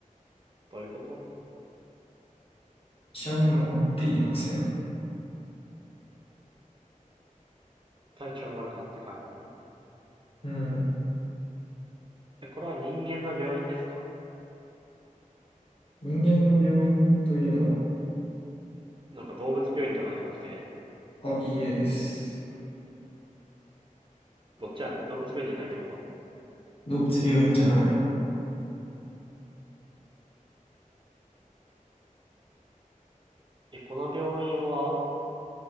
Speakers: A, on the right; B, on the left.
A: どういうこと
B: 医者にも会っていません。
A: 体調が悪くなって帰んの
B: うん。
A: え、これは人間の病院ですか
B: 人間の病院というの
A: なんか動物病院とかじゃなくて
B: は、あ、いいえです。
A: どっちやねん動物病院じゃないってこと
B: 動物病院じゃない。
A: え、この病院は